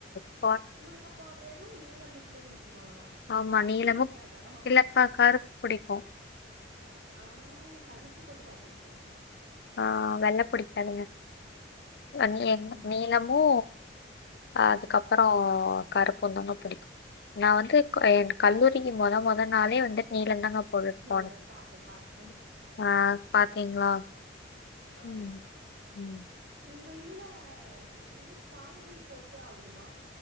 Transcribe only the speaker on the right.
உங்களுக்கு அப்ப வெறு நீளம் மட்டுந்தா புடிக்குமா
பச்சை
பிடிக்காதா
கருப்பு ஆஹ் கருப் கருப்பு போட்டு பாத்துருக்கே
சேரி
சேரி
ம்
சேரி
பாத்தே பாத்தே
ஆமா
உங்க இதுல அது என்னது சால்வை போட்டே ஆகணுமா